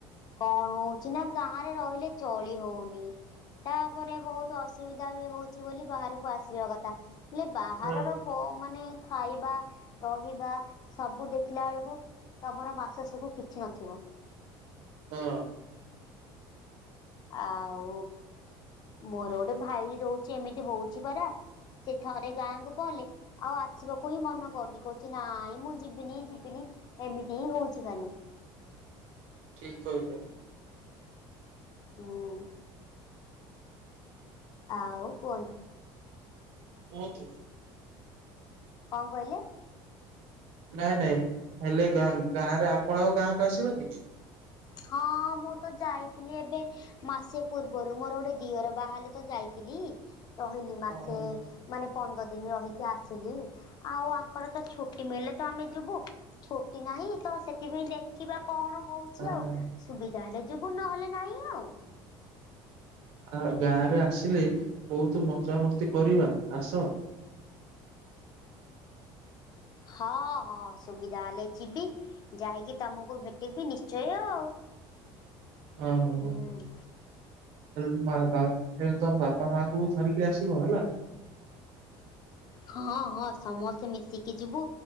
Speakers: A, on the left; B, on the right.
A: କଣ ହଉଛି ନା ଗାଁରେ ରହିଲେ ଚଳି ହଉନି। ତାପରେ ବହୁତ ଅସୁବିଧା ବି ହଉଛି ବୋଲି ବାହାରକୁ ଆସିବା କଥା। ହେଲେ ବାହାରର
B: ହଁ
A: ପ ମାନେ ଖାଇବା ରହିବା ସବୁ ଦେଖିଲା ବେଳକୁ ତାପର ମାସେ ସବୁ କିଛି ନଥିବ।
B: ହଁ।
A: ଆଉ ମୋର ଗୋଟେ ଭାଇ ରହୁଛି ଏମିତି ହଉଛି ପରା। ସେ ଥରେ ଗାଁକୁ ପହଲେ ଆଉ ଆସିବାକୁ ହିଁ ମନ କରୁନି କହୁଛି ନାଇଁ ମୁଁ ଯିବିନି ଯିବିନି। ଏମିତି ହିଁ ହଉଛି ଖାଲି।
B: ଠିକ କହିଲେ।
A: ହୁଁ। ଆଉ କୁହନ୍ତୁ।
B: <unintelligible> ଆ ତ
A: କଣ କହିଲେ?
B: ନାଇଁ ନାଇଁ ହେଲେ ଗାଁ ଗାଁରେ ଆପଣ ଆଉ ଗାଁକୁ ଆସିବନି କି?
A: ହଁ ମୁଁ ତ ଯାଇଥିଲି ଏବେ ମାସେ ପୂର୍ବରୁ ମୋର ଗୋଟେ ଦିଅର ବାହା ହେଲେ ତ ଯାଇ ଯାଇଥିଲି, ରହିଲି ମାସେ
B: ହଁ
A: ମାନେ ପନ୍ଦର ଦିନ ରହିକି ଆସିଲି। ଆଉ ଆଙ୍କର ତ ଛୁଟି ମିଳିଲେ ତ ଆମେ ଯିବୁ ଛୁଟି ନା ନାଇଁ ତ ସେଥିପାଇଁ ଦେଖିବା କଣ? ହେଇଚି
B: ହଁ।
A: ଆଉ ସୁବିଧା ହେଲେ ଯିବୁ ନହେଲେ ନାହିଁ ଆଉ।
B: ଆ ଗାଁରେ ଆସିଲେ ବହୁତ ମଜାମସ୍ତି କରିବା ଆସ।
A: ହଁ ହଁ ସୁବିଧା ହେଲେ ଯିବି ଯାଇକି ତମକୁ ଭେଟିବି ନିଶ୍ଚୟ ଆଉ। <inaudible>
B: ହଁ ହ ହ।
A: ହୁଁ।
B: ହେଲେ ତ ମ ବା ହେଲା ତମ ବାପା ମାଙ୍କୁ ଧରିକି ଆସିବ ହେଲା।
A: ହଁ ହଁ ସମସ୍ତେ ମିଶିକି ଯିବୁ,